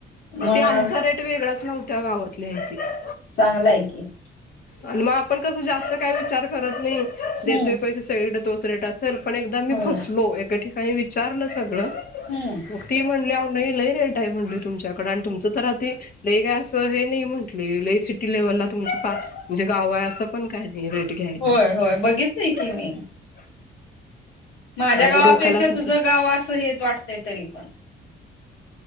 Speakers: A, on the left; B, on the left.
A: म्हणून
B: त आमचा रेट वेगळाच नव्हत्या गावातल्याची <unintelligible>
A: चांगलंय की <unintelligible>
B: आणि मग आपण कसं जास्त काय विचार करत नाही <unintelligible>
A: हम्म
B: देतोय पैसे सगळीडे तोचरेट असेल पण एकदा
A: होय
B: मी फसलो एका ठिकाणी विचारलं सगळं
A: हम्म <unintelligible>
B: मग ती म्हणली नाही लई रेटय म्हणली तुमच्याकडं आणि तुमचं तर आधी <unintelligible> लई काय असं हे नाही म्हटली लई सिटी लेव्हलला तुमच म्हणजे गाव आहे असं <unintelligible> पण काही नाही रेट घ्यायला
A: होय होय बघितलंय
B: <unintelligible>
A: की मी माझ्या
B: अगं
A: गावापेक्षा
B: डोक्यालाच हात
A: तुझं गाव असं हेच वाटतंय तरी पण <unintelligible>